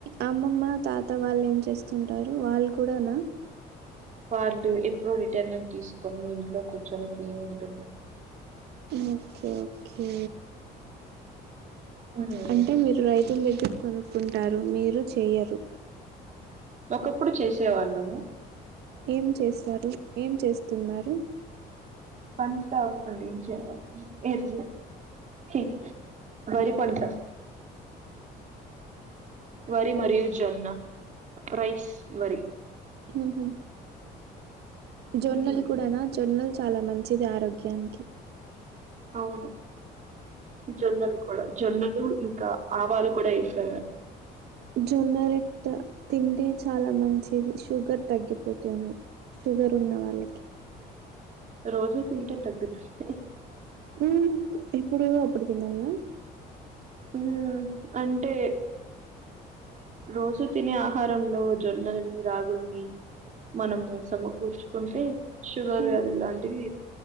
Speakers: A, on the right; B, on the right.
A: అమ్మమ్మ తాత వాళ్ళు ఏం చేస్తుంటారు? వాళ్ళు కూడానా?
B: వార్డు ఎప్పుడో రిటైర్మెంట్ తీసుకొని ఇంట్లో కూర్చొని తిని ఉంటున్నా.
A: Okay okay.
B: ఉమ్.
A: అంటే, మీరు రై తుల దగ్గర కొనుక్కుంటారు మీరు చెయ్యరు.
B: ఒకప్పుడు చేసే వాళ్లమే.
A: ఏం చేస్తారు? ఏం చేస్తున్నారు?
B: పంట పండించేవాళ్లు. ఎర్రె హి వరి పంట వరి మరియు జొన్న. రైస్ వరి.
A: ముహు జొన్నల్
B: ఉమ్,
A: కూడాన జొన్నల్ చాలా మంచిది. ఆరోగ్యానికి
B: అవును జొన్నలు కూడా జొన్నలు ఇంక ఆవాలు కూడ ఏసేవారు.
A: జొన్నరోట్ట తింటే చాలా మంచిది. షుగర్ తగ్గిపోతుంది. షుగర్ ఉన్న వాళ్ళకి.
B: రోజు తింటే తగ్గుతుంది.
A: మ్. ఎప్పుడో అప్పుడు తినల్ల?
B: ఆ అంటే, రోజు తినే ఆహారంలో జొన్నలని, రాగుల్ని మనము సమకూర్చుకుంటే, షుగర్
A: ఉమ్
B: వ్యాధులు లాంటివి